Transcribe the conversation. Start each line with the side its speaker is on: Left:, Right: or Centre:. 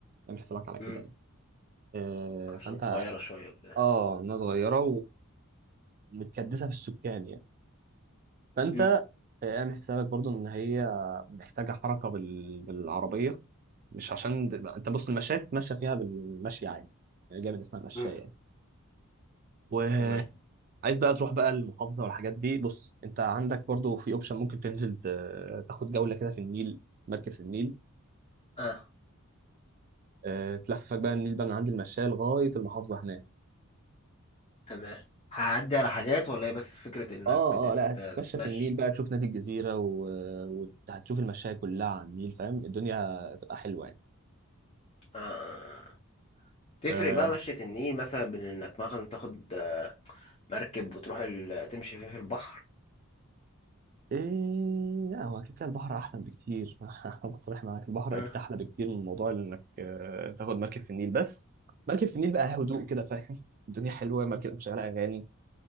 Right: اعمل حسابك على
Left: مم.
Right: كده يعني آه فانت
Left: عشان صغيرة شوية وكده
Right: اه الناس صغيره متكدسه في السكان يعني فانت
Left: مم.
Right: آه، اعمل حسابك برضو ان هي محتاجه حركه بال... بالعربيه مش عشان د... انت بص المشاية تتمشى فيها بالمشي عادي يعني جاي من اسمها مشاية
Left: مم.
Right: يعني وعايز
Left: تمام
Right: بقى تروح بقى المحافظه والحاجات دي بص انت عندك برضو في اوبشن ممكن تنزل ت... تاخد جوله كده في النيل مركب في النيل
Left: اه
Right: آه، تلفك بقى النيل بقى من عند المشاية لغايه المحافظه هناك
Left: تمام هعدي على حاجات ولا هي بس فكرة انك
Right: اه
Left: بتت...
Right: اه لا هتتمشى
Left: بتمشي
Right: في النيل بقى تشوف نادي الجزيره وهتشوف و... وهتشوف المشاية كلها على النيل فاهم الدنيا هتبقى حلوه
Left: اه آه، آه. تفرق
Right: يعني
Left: بقى مشية النيل مثلا بين انك مثلا تاخد مركب وتروح ال... تمشي فيه في البحر
Right: ايه لا هو اكيد كان البحر احسن بكتير <laughs> هكون صريح معاك البحر
Left: اه
Right: اكيد احلى بكتير من موضوع انك آه، تاخد مركب في النيل بس مركب في النيل بقى هدوء كده فاهم الدنيا حلوه مركب مشغله اغاني